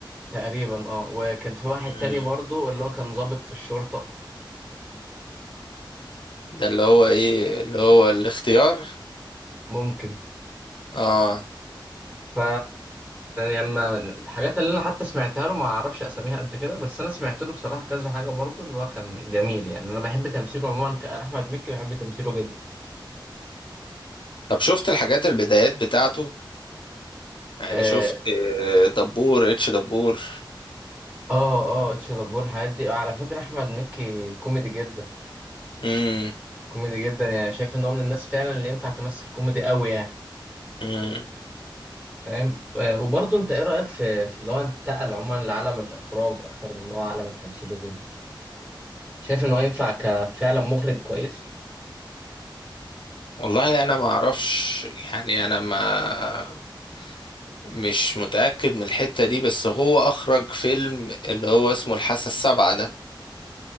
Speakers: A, on the right; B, on the left.
A: تقريبا اه وكان في واحد
B: مم.
A: تاني برضه اللي هو كان ضابط في الشرطة
B: ده اللي هو ايه اللي هو الاختيار
A: ممكن
B: اه
A: ف لما الحاجات اللي انا حتى سمعتها له ما اعرفش اساميها قد كده بس انا سمعت له بصراحه كذا حاجه برضو اللي هو كان جميل يعني انا بحب تمثيله عموما كاحمد مكي بحب تمثيله جدا
B: طب شفت الحاجات البدايات بتاعته يعني
A: اه
B: شفت آه، دبور اتش دبور
A: اه آه، اتش دبور الحاجات دي آه، على فكره احمد مكي كوميدي جدا
B: مم.
A: كوميدي جدا يعني شايف ان هو من الناس فعلا اللي ينفع تمثل كوميدي قوي يعني
B: مم.
A: فاهم آه وبرضو انت ايه رايك في في اللي هو انتقل عموما لعالم الاخراج اكتر من ان هو عالم التمثيل وكده شايف ان هو ينفع كفعلا مخرج كويس
B: والله انا ما اعرفش يعني انا ما مش متأكد من الحتة دي بس هو اخرج فيلم اللي هو اسمه الحاسة السابعة ده